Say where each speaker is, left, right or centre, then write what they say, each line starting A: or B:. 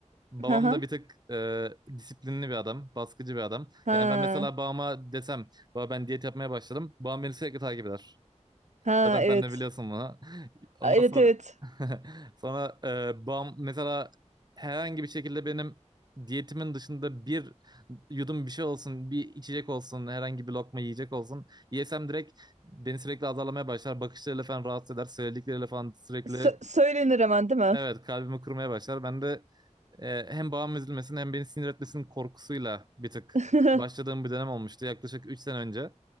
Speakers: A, on the right; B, on the right.
A: Babam
B: Ha ha.
A: da bir tık e, disiplinli bir adam, baskıcı bir adam.
B: Ha.
A: Yani ben mesela babama desem, baba ben diyet yapmaya başladım. Babam beni sürekli takip eder.
B: Ha
A: Zaten
B: evet.
A: sen de biliyorsun bunu. <laughs> Ondan
B: Evet
A: sonra
B: evet.
A: <laughs> sonra e, bam mesela herhangi bir şekilde benim diyetimin dışında bir yudum bir şey olsun, bir içecek olsun, herhangi bir lokma yiyecek olsun. Yesem direkt beni sürekli azarlamaya başlar. Bakışlarıyla falan rahatsız eder. Söyledikleriyle falan sürekli
B: Sö- söylenir hemen değil mi?
A: evet kalbimi kırmaya başlar. Ben de e, hem babam üzülmesin hem beni sinir etmesinin korkusuyla bir tık
B: <laughs>
A: başladığım bir dönem olmuştu yaklaşık 3 sene önce.